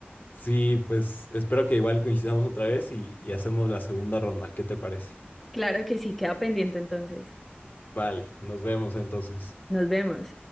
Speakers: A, on the left; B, in the centre.
A: sí, pues espero que igual coincidamos otra vez y, y hacemos la segunda ronda. ¿Qué te parece?
B: Claro que sí, queda pendiente entonces.
A: Vale, nos vemos entonces.
B: Nos vemos.